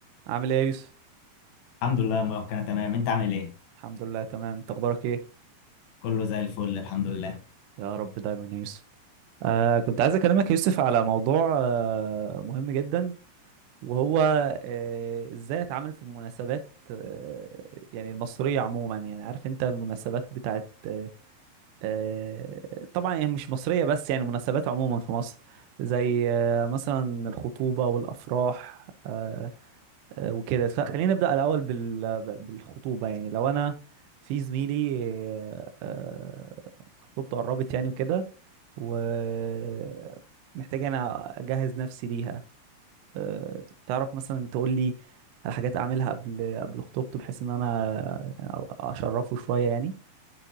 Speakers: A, on the right; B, on the left.
A: عامل ايه يا يوسف
B: الحمد لله يا مروان كان تمام انت عامل ايه
A: الحمد لله تمام انت اخبارك ايه
B: كله زي الفل الحمد لله
A: يا رب دايما يا يوسف آه كنت عايز اكلمك يا يوسف على موضوع آه مهم جدا وهو آه ازاي اتعامل في المناسبات آه يعني المصرية عموما يعني عارف انت المناسبات بتاعت آه آه طبعا يعني مش مصرية بس يعني مناسبات عموما في مصر زي آه مثلا الخطوبة والافراح آه، آه، وكده فخلينا نبدأ الأول بال- بالخطوبة يعني لو أنا في زميلي آه، آه، خطوبته قربت يعني وكده ومحتاج أنا أجهز نفسي ليها آه، تعرف مثلا تقول لي على حاجات أعملها قبل قبل خطوبته بحيث إن أنا أشرفه شوية يعني